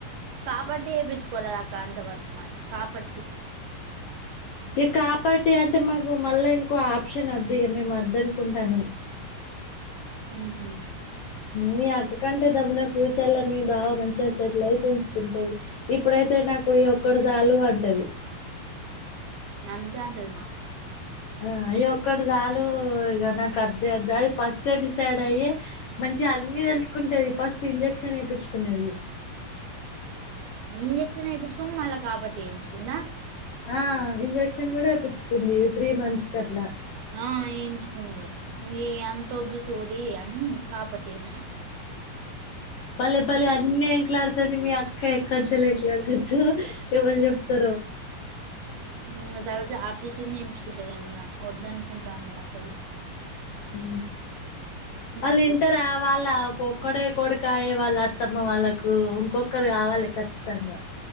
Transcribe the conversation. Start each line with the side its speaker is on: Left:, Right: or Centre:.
Right: కాపట్టి ఏపిచ్చుకొన అక్క అంతవర్కు మరి కాపాట్టి
Left: ఎ కాపాట్టి అంటే మ గు మళ్ళా ఇంకో ఆప్షన్ నొద్దిగ మేము వద్దనుకుంటానం.
Right: ఉహు
Left: మీ అక్క కంటే దబ్ల ఫ్యూచర్ లో మీ బావ మంచిగ సేట్లైతుంచ్ ఉంటది, ఇప్పుడైతే నాక్ కొయ్య ఒక్కడు జాలు అంటది.
Right: నంతే అంటది మాక్క
Left: ఆ అయ్యొక్కటి చాలు ఇగ నా కద్దే వొద్దని ఫస్టె డిస్ సెడయ్యి మంచియ అన్ని తెలుసుకుంటది ఫస్ట్ ఇంజ క్షన్ ఏపించుకున్నది.
Right: ఇంజెక్షన్ ఏపిచ్చుకొని మళ్ళా కాబట్టి ఏయించుకుందా.
Left: ఆ ఇంజ క్షన్ కూడ ఏపిచ్చుకుంది. త్రీ మంత్స్కి అట్ల
Right: ఆ ఎంచుకుంది, నీయంతొద్దు సోది అని కాపాట్టెపిస్
Left: పలే పలే అ అన్నీ ఎంక్లాడతది మీ అక్క ఎక్కంచలు ఎంక్లాడుకచ్చు ఎవళ్ చెప్తారో.
Right: హు ఆతర్వాత ఆపరేషన్ నేపించుకుంటదొ ఏమిగ వద్దనుకుంటాంది అపిల
Left: ఉ వాళ్ళింటరా
Right: ఆపరేషన్
Left: వాళ్ళా కొ క్కడె కొడుకాయే వాళ్ళ అత్తమ్మ వాళ్ళకు దు ఇంకొక్కరు కావాలె ఖచ్చితంగా,